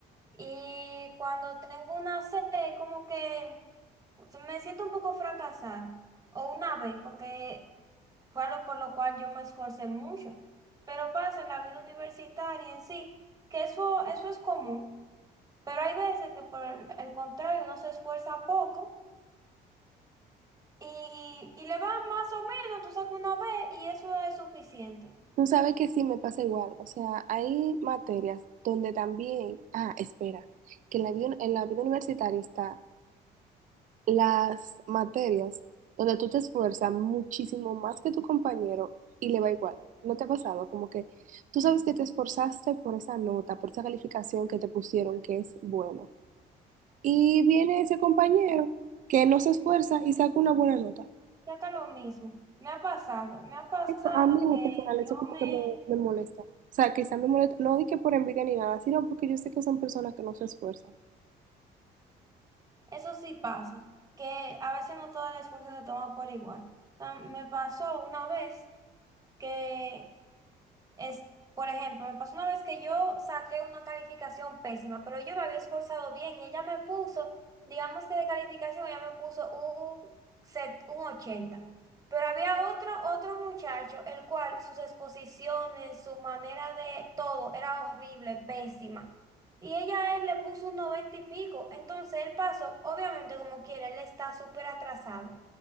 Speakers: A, on the right; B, on the right.
A: Y cuando tengo una sed, como que me siento un poco fracasada. O una vez, porque fue algo por lo cual yo me esforcé mucho. Pero pasa en la vida universitaria en sí, que eso, eso es común. Pero hay veces que por el, el contrario uno se esfuerza poco y, y le va más o menos, tú sacas una vez y eso es suficiente.
B: Tú sabes que sí me pasa igual. O sea, hay materias donde también, ah, espera, que en la vida, en la vida universitaria está las materias donde tú te esfuerzas muchísimo más que tu compañero y le va igual. ¿No te ha pasado? Como que tú sabes que te esforzaste por esa nota, por esa calificación que te pusieron que es buena. Y viene ese compañero que no se esfuerza y saca una buena nota.
A: Ya que lo mismo. Me ha pasado, me ha pasado
B: Eso, A mí en
A: que
B: lo personal eso
A: yo
B: como
A: me
B: que me, me molesta. O sea, quizá me molesta, no di que por envidia ni nada, sino porque yo sé que son personas que no se esfuerzan.
A: Eso sí pasa, que a veces no todo el esfuerzo se toma por igual. O sea, me pasó una vez que es, por ejemplo, me pasó una vez que yo saqué una calificación pésima, pero yo me había esforzado bien y ella me puso, digamos que de calificación, ella me puso un, set, un ochenta Pero había otro, otro muchacho, el cual sus exposiciones, su manera de todo era horrible, pésima. Y ella a él le puso un 90 y pico. Entonces él pasó, obviamente como quiera él está súper atrasado.